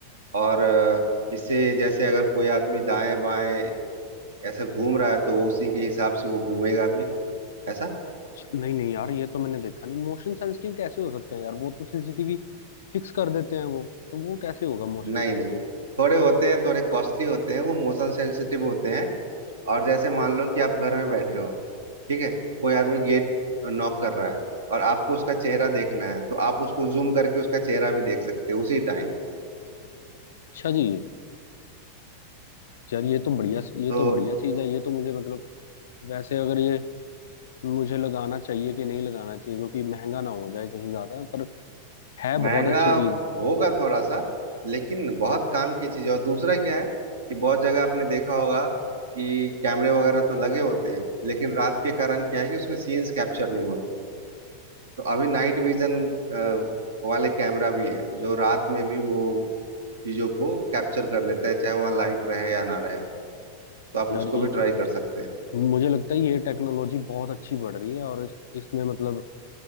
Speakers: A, on the right (about 70°); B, on the left (about 60°).
A: और अ, इससे जैसे अगर कोई आदमी दाएं बाएं ऐसा घूम रहा है तो वो उसी के हिसाब से वो घूमेगा भी ऐसा
B: अच्छा नहीं नहीं यार ये तो मैंने देखा नहीं मोशन सेंसिटिव कैसे हो सकते हैं यार वो तो सीसीटीवी फिक्स कर देते हैं वो तो वो कैसे होगा मोशन
A: नहीं
B: सेंसिटिव
A: नहीं थोड़े होते हैं थोड़े कॉस्टली होते हैं वो मोशन सेंसिटिव होते हैं और जैसे मान लो कि आप घर में बैठे हो ठीक है कोई आदमी गेट नॉक कर रहा है और आपको उसका चेहरा देखना है तो आप उसको जूम करके उसका चेहरा भी देख सकते हो उसी टाइम
B: अच्छा जी यार ये तो बढ़िया ये
A: तो
B: तो बढ़िया चीज है ये तो मुझे मतलब वैसे अगर ये मुझे लगाना चाहिए कि नहीं लगाना चाहिए क्योंकि महंगा ना हो जाए कहीं ज्यादा पर है बहुत
A: महंगा
B: अच्छी चीज
A: होगा थोड़ा सा लेकिन बहुत काम की चीज है और दूसरा क्या है कि बहुत जगह आपने देखा होगा कि कैमरे वगैरह तो लगे होते हैं लेकिन रात के कारण क्या है कि उसमें सीन्स कैप्चर नहीं होते तो अभी नाइट विजन वाले कैमरा भी है जो रात में भी वो चीजों को कैप्चर कर लेता है चाहे वहाँ लाइट रहे या ना रहे तो आप
B: यार
A: उसको
B: ये
A: भी
B: तो
A: ट्राई कर सकते
B: मुझे लगता है ये टेक्नोलॉजी बहुत अच्छी बढ़ रही है और इस इसमें मतलब